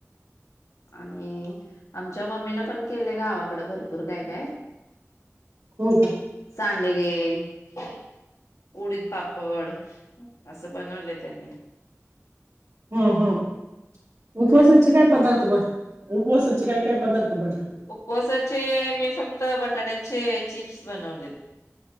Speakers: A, on the left; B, on the right.
A: आणि आमच्या मम्मीना पण - केले गावाकडे भरपूर काय काय -
B: हो का -
A: सांडगे- उडीद पापड असं बनवले त्यांनी-
B: हो हो - उपवासचे काय पदार्थ ब उपवासची काय काय पदार्थ बनव-
A: उपवासाचे मी फक्त बटाट्याचे चिप्स बनवलेत.